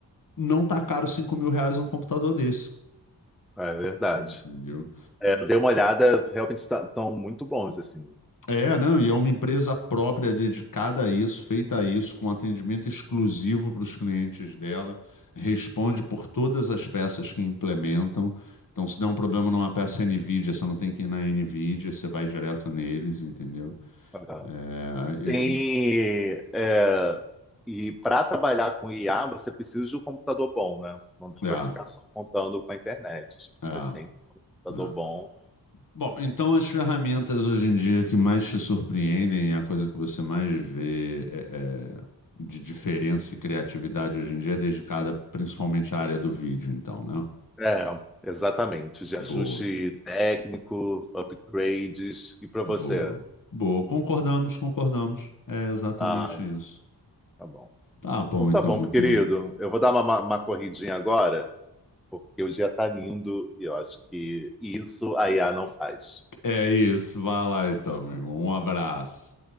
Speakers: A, on the left; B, in the centre.
A: não tá caro cinco mil reais um computador desse,
B: é verdade.
A: entendeu?
B: É, eu dei uma olhada, realmente estão muito bons, assim.
A: É, não, e é uma empresa própria dedicada a isso, feita a isso, com atendimento exclusivo para os clientes dela, responde por todas as peças que implementam. Então, se der um problema numa peça NVIDIA, você não tem que ir na NVIDIA, você vai direto neles, entendeu?
B: É.
A: É, eu-
B: Tem. é, e para trabalhar com IA, você precisa de um computador bom, né? Não dá
A: é,
B: para ficar só contando com a internet.
A: é,
B: Você tem da
A: é.
B: Dobon.
A: Bom, então as ferramentas hoje em dia que mais te surpreendem, a coisa que você mais vê é, é, de diferença e criatividade hoje em dia é dedicada principalmente à área do vídeo, então, né?
B: É, exatamente. De
A: Boa,
B: ajuste técnico, upgrades. E para você?
A: boa, boa. Concordamos, concordamos. É exatamente
B: Ah,
A: isso.
B: tá bom.
A: Tá bom,
B: Então tá
A: então,
B: bom,
A: meu
B: querido.
A: querido.
B: Eu vou dar uma, uma corridinha agora, porque o dia tá lindo e eu acho que isso a IA não faz.
A: É isso. Vai lá, então, meu irmão. Um abraço.